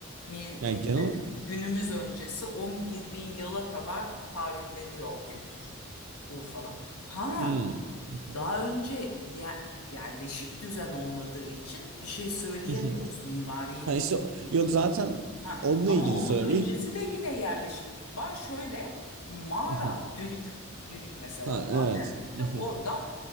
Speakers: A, on the left; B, on the right.
A: Mil,
B: Yani
A: işte
B: genel olarak-
A: günümüz öncesi 11 bin yıla kadar tarihleniyor o kültür Urfa'da. Ha,
B: hmm. Hı <laughs> hı.
A: daha önce ya yerleşik düzen olmadığı için bir şey söyleyemiyoruz
B: Hı hı.
A: mimariyle
B: Ha işte o-
A: ilgili.
B: yok zaten
A: Ha,
B: onunla
A: ama
B: ilgili
A: onun
B: söylüyorum.
A: öncesi
B: İlk
A: de yine yerleşiklik var. Şöyle mağara,
B: <laughs> Hı hı.
A: dülük, dülük mesela
B: Ha evet.
A: Gaziantep'te
B: <laughs>
A: orada